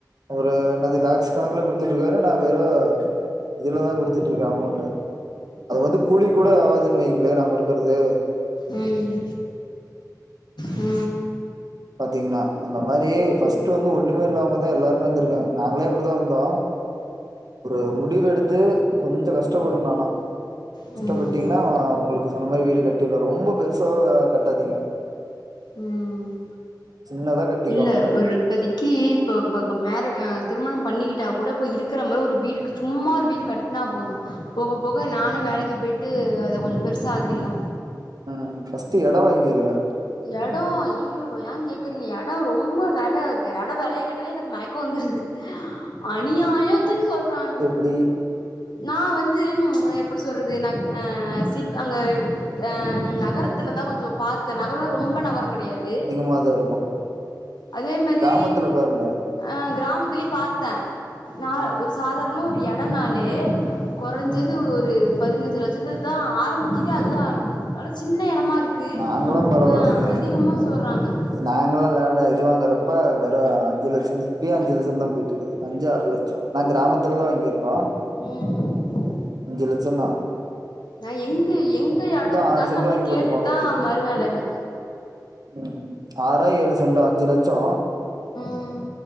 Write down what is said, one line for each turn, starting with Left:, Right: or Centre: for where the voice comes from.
Right: ஒரு என்னது லேக்ஸ் கணக்குலா குடுத் துட்டு இருக்காரு நா வெகு இதுலாதா குடுத்துட்டு இருக்க அமோண்டு அது வந்து கூலிக்குகூட ஆவாதுன்னு வைங்களே நா குடுக்குறது
Left: ம், ஆ
Right: பாத்தீங்கன்னா அந்த மாரி ஃபஸ்ட் வந்து ஒண்ணுமே இல்லாமதா எல்லாருமே வந்துருக்காங்க நாங்களே அப்படிதா வந்தோ ஒரு முடிவு எடுத்து கொஞ்ச கஷ்டப்படனு ஆனா கஷ்டப்பட்டீங்னா
Left: ம் ம்
Right: அ உங்களுக்கு சொன்ன மாரி வீடு கட்டிட்லா ரொம்ப பெருசா கட்டாதீங்க
Left: ம்
Right: சின்னதா கட்டிக்கோங்க
Left: இல்ல ஒரு இப்பதிக் கி இப்போ இப்போ க மேர அ திருமணம் பண்ணிக்கிட்டா கூட இப்போ இருக்கிற மாரி ஒரு வீடுக்கு சும்மா ஒரு வீடு கட் னா போதும் போக போக நானு வேலைக்கு போயிட்டு அத கொஞ்சோ பெருசா ஆக்கிடலா
Right: ம் ஃபஸ்ட்டு எடம் வாங்கிருங்க
Left: எடம் ஐய்யயோ ஏன் கேக்குறீங்க எடம் ரொம்ப வெல எடம் வெலைய கேட்டாலே எனக்கு மயக்கோ வந்துருது அநியாயத்துக்கு சொல்றானுவோ
Right: அப்டி
Left: நா வந்து ம் எப்டி சொல்றது நா அ சிட் அங்க அ நகரத்துலதா கொஞ்சோ பாத்த நகரம்னா ரொம்ப நகரம் கடையாது
Right: மாதா இருக்கு
Left: அதே மாரி
Right: கிராமத்துல பாருங்க
Left: ஆ கிராமத்திலயு பாத்த, நா
Right: ம்
Left: சாதாரணமா ஒரு எடம்னாலே கொறைஞ்சது
Right: ம்
Left: ஒரு பதினஞ்சு லட் சத்துக்குதா ஆரம்பிக்குதே. அதுதா ஆரம்பிக்குது சின்ன எடமா இருக்கு
Right: நாங்கல்லா பரவாயில்லைங்க
Left: அ அதிகமா சொல்றாங்க
Right: நாங்கல்லா லேண்ட் இது வாங்கறப்ப வெறு அஞ்சு லட்சம் இப்பயே அஞ்சு லட்சம்தா போயிட்டு இருக்குது அஞ்சு ஆறு லட்சம் நா கிராமத்துலதா வாங்கிருக்கோ
Left: ம்
Right: அஞ்சு லட்சம்தா
Left: நா எங்கு எங்கு எடம் இருந்தாலு
Right: ஆறு சென்ட்
Left: நா
Right: வாங்கி
Left: போய் கேட்டுட்டுதா
Right: போட்ருப்பாங்களாட்டு
Left: மறுவேல எனக்கு
Right: ம், ஆறோ ஏழு செண்டோ அஞ்சு லட்சோ
Left: ம்